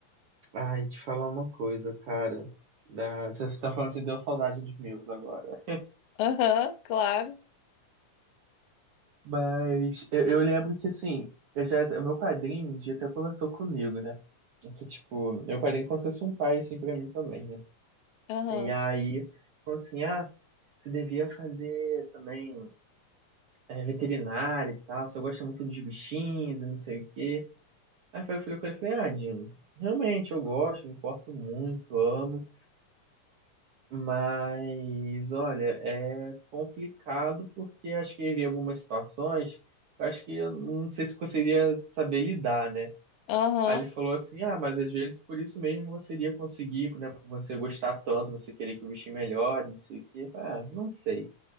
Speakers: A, on the right; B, on the left.
A: Ai, te falar uma coisa, cara. Da... Você tá falando assim, deu saudade dos meus agora.
B: Aham, claro.
A: Mas eu, eu lembro que, assim, eu já, meu padrinho um dia até conversou comigo, né? Que, tipo, meu padrinho é como se fosse um pai, assim, pra mim também, né?
B: Aham,
A: E aí, falou assim, ah, você devia fazer também é, veterinário e tal, você gosta muito dos bichinhos e não sei o quê. Aí foi que eu falei com ele, falei, ah, Dino, realmente eu gosto, me importo muito, amo. Mas, olha, é complicado porque eu acho que havia algumas situações que eu acho que eu não sei se conseguiria saber lidar, né?
B: aham.
A: Aí ele falou assim: ah, mas às vezes por isso mesmo você iria conseguir, né? Por você gostar tanto, você querer que o bichinho melhore, não sei o quê. Eu falei, Ah, não sei.